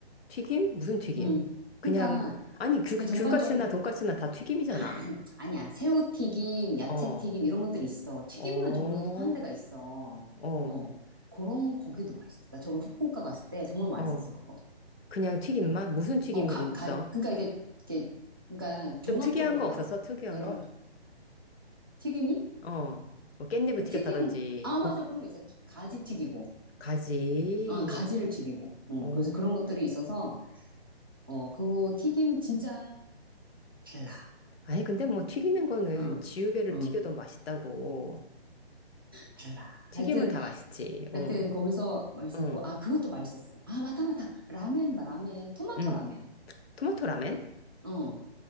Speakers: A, on the left; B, on the right.
A: 튀김? 무슨 튀김?
B: 음.
A: 그냥,
B: 그러니까
A: 아니, 귤,
B: 그 전반적인
A: 귤까치나 돈까치나 다 튀김이잖아.
B: 아 난- 아니야 새우 튀김 야채
A: 어,
B: 튀김 이런 것들이 있어. 튀김만
A: 어,
B: 전문으로 또 파는 데가 있어.
A: 어,
B: 어 그런 거기도 맛있었어. 나 저번 후쿠오카 갔을 때 정말 맛있었어
A: 어.
B: 그거.
A: 그냥 튀김만?
B: 그러니까,
A: 무슨 튀김
B: 어 가,
A: 있어?
B: 가, 그러니까 이게 이게 그러니까 종합적으로
A: 좀 특이한 거
B: 나와
A: 없었어? 특이한
B: 여러
A: 거?
B: 가지 튀김이
A: 어, 뭐 깻잎을
B: 그
A: 튀겼다든지,
B: 특이한 아
A: 곧,
B: 맞아 그런 거 있어 가지 튀기고
A: 가지.
B: 아, 가지를 튀기고. 어,
A: 어.
B: 그래서 그런 것들이 있어서, 어, 그 튀김 진짜 달라.
A: 아니, 근데 뭐 튀기는 거는
B: 어,
A: 지우개를
B: 어,
A: 튀겨도 맛있다고.
B: 달라.
A: 튀김은
B: 하여튼,
A: 다 맛있지.
B: 하여튼
A: 어,
B: 거기서 맛있었고,
A: 응,
B: 아, 그것도 맛있었어. 아, 맞다, 맞다. 라멘, 라멘. 토마토
A: 응.
B: 라멘.
A: 토마토 라멘?
B: 어,